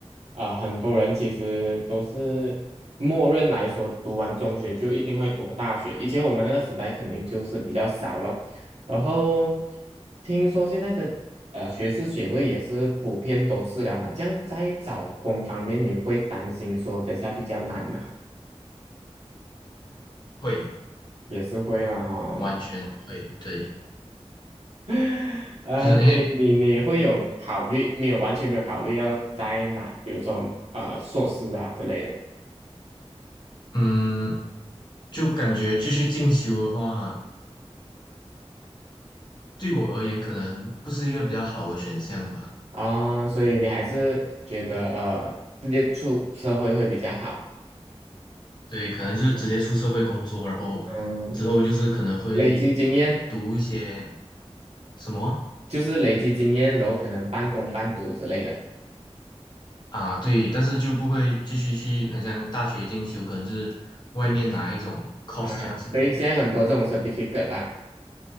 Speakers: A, on the right; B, on the left.
A: 啊、很多人其实都是默认来说，读完中学就一定会读大学。以前我们那个时代肯定就是比较少了，然后听说现在的呃学士学位也是普遍都是了嘛，这样在找工方面你会担心说等下比较难嘛？
B: 会
A: 也是会嘛哈、
B: 完全会对。
A: <laughs> 呃，
B: 就是因为
A: 对你你会有考虑没有？完全没有考虑要在哪，比如说呃硕士啊之类的
B: 嗯，就感觉继续进修的话，对我而言可能不是一个比较好的选项吧。
A: 啊、所以你还是觉得呃直接出社会会比较好，
B: 对，可能就是直接出社会工作，然后
A: 嗯，
B: 之后就是可能会
A: 累积嗯经验
B: 读一些什么
A: 就是累积经验，然后可能半工半读之类的，
B: 啊，对，但是就不会继续去，很像大学进修，可能就是外面拿一种
A: 嗯
B: course
A: 啊，
B: 这样子
A: 所以现在很多这种 certificate 啦。